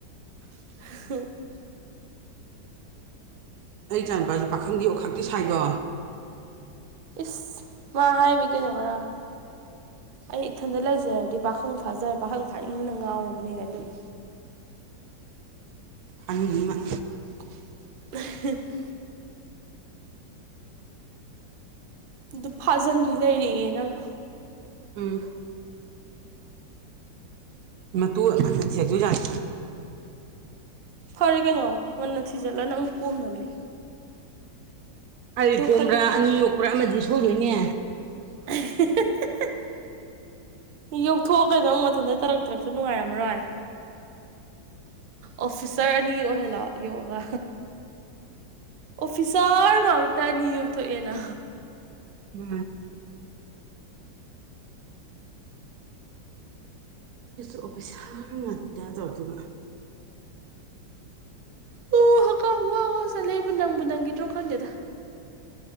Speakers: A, on the right (about 85°); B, on the right (about 70°).
A: <unintelligible>
B: ꯑꯩ ꯏꯆꯥꯅꯤꯨꯄꯥꯁꯦ ꯄꯥꯈꯪꯗꯤ ꯑꯣꯈꯥꯛꯛꯇꯤ ꯁꯥꯏꯗꯣ
A: ꯏꯁ ꯃꯥ ꯍꯥꯏꯃꯤ ꯀꯩꯅꯣ ꯉꯔꯥꯡ ꯑꯩ ꯏꯊꯟꯗ ꯂꯩꯖꯔꯗꯤ ꯄꯥꯈꯪ ꯐꯥꯖꯔ ꯄꯥꯈꯪ ꯐꯥꯅꯤꯡꯕꯅ ꯉꯥꯎꯔꯕꯅꯦ ꯀꯥꯏ ꯇꯧꯋꯤ
B: ꯑꯅꯤꯃꯛ
A: <unintelligible> ꯑꯗꯨ ꯐꯥꯖꯤꯟꯕꯤ ꯂꯩꯔꯛꯑꯦ ꯅꯪꯅ
B: ꯎꯝ ꯃꯇꯨ ꯁꯦꯁꯨꯨ ꯌꯥꯏ
A: ꯐꯔꯦ ꯀꯩꯅꯣ ꯉꯟꯅ ꯊꯤꯖꯤꯜꯂꯒ ꯅꯪ ꯀꯣꯝꯅꯕ꯭ꯔꯅꯦ
B: ꯀꯔꯤ ꯀꯣꯝꯕ꯭ꯔꯥ
A: ꯈꯪꯗꯦ
B: ꯑꯅꯤ ꯌꯣꯛꯄ꯭ꯔꯥ ꯑꯃꯗꯤ ꯁꯣꯏꯗꯣꯏꯅꯦ
A: <unintelligible> ꯌꯧꯊꯣꯛꯑ ꯀꯩꯅꯪꯨ ꯃꯊꯟꯇ ꯇꯔꯛ ꯇꯔꯛꯇ ꯅꯨꯡꯉꯥꯏꯔꯝꯃꯔꯣꯏ ꯑꯣꯐꯤꯁꯔ ꯑꯅꯤ ꯑꯣꯏꯍꯜꯂꯣꯑꯣ ꯌꯣꯒ ꯑꯣꯐꯤꯁꯥꯔ ꯉꯥꯛꯇ ꯑꯅꯤ ꯌꯧꯣꯛꯊꯣꯛꯑꯦꯅ
B: ꯎ ꯑꯗꯨꯁꯨ ꯑꯣꯐꯤꯁꯥꯔ ꯉꯥꯛꯇ ꯇꯧꯔ ꯑꯗꯨꯒꯒ
A: ꯑꯣ ꯍꯛꯀꯥꯝ ꯋꯥ ꯋꯥ ꯆꯠꯂꯦꯕ ꯅꯪꯕꯨ ꯅꯪꯒꯤꯗ꯭ꯔꯣ ꯈꯪꯗꯦꯗ